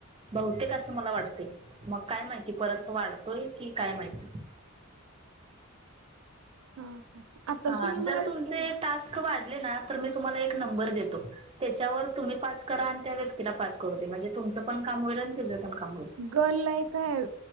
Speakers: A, on the right; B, on the right.
A: बहुतेक असं मला वाटतय मग काय माहिती परत वाढतोय की काय माहिती.
B: हा हा आता
A: हा
B: तुम्ही
A: जर
B: मला
A: तुमचे
B: केल
A: टास्क वाढले ना तर मी तुम्हाला एक नंबर देतो. त्याच्यावर तुम्ही पाच करा आणि त्या व्यक्तीला पाच करू दे म्हणजे तुमचं पण काम होईल आणि तिचं पण काम होईल.
B: गर्ल आह काय?